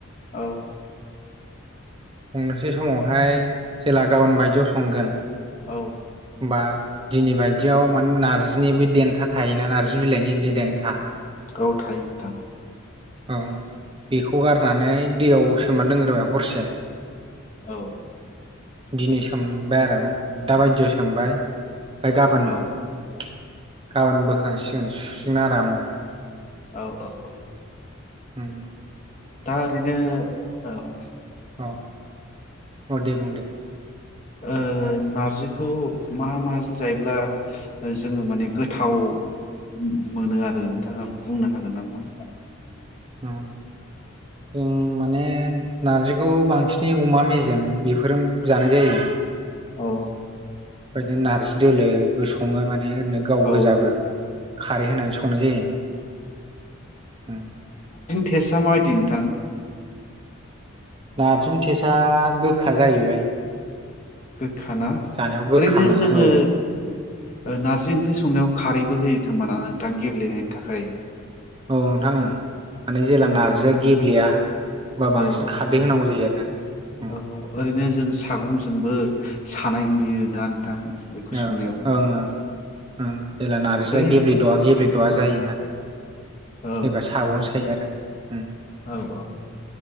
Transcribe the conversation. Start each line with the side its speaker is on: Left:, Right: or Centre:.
Left: औ।
Right: संनोसै समावहाय जेला गाबोन बायदिआव संगोन
Left: औ।
Right: बाद दिनै बायदियाव माने नार्जिनि बै देन्था थायोना नार्जि बिलाइनि जि देन्था
Left: औ थायो नोंथां
Right: औ बेखौ गारनानै दैयाव सोमना दोनग्रोबाय हरसे
Left: औ।
Right: दिनै सोमबाय आरो दाबायदियाव सोमबाय फाय गाबोन
Left: औ
Right: गाबोन बोखांसिगोन सुसिगोन आरामनो
Left: औ ओ औ।
Right: उम
Left: दा ओरैनो ओ
Right: अह अदे बुंदे
Left: ओ नारजिखौ माहा माहाजों जायोब्ला ओ-जोङो माने गोथाव उम मोनो आरो नोंथाङा बुंनो हागोन नामा?
Right: उम ओं माने नारजिखौ बांसिनै अमा मेजेम बेफोरजों जानाय जायो।
Left: औ।
Right: बायदि नार्जि दोलो बो सङो माने नो गाव
Left: औ
Right: गोजाबो। खारै होनानै संनाय जायो उम।
Left: टेसा मायदि नोंथां
Right: नार्जिनि टेसाया गोखा जाहैबाय।
Left: गोखाना
Right: जानायाव गोखा
Left: ओरैनो
Right: मोनो
Left: जोङो
Right: औ
Left: ओ नार्जि ओंख्रि संनायाव खारैबो होयो खोमाना नोंथां गेब्लेनायनि थाखाय?
Right: औ नोंथां ओ माने जेला
Left: ओ
Right: नार्जिया
Left: जों
Right: गेब्लेया ओमबा बांसिन
Left: औ
Right: खारदै होनांगौ जायो आरो ना उम।
Left: औ ओरैनो जों सागंजोंबो सानाय नुयो ना नोंथां। बेखौ संनायाव
Right: ओं ओं ओं ओं जेला नार्जिया
Left: ओरै
Right: गेब्लेद'आ गेब्लेद'आ जायोना।
Left: औ
Right: जेबा साग'नो सायो आरो। उम
Left: औ औ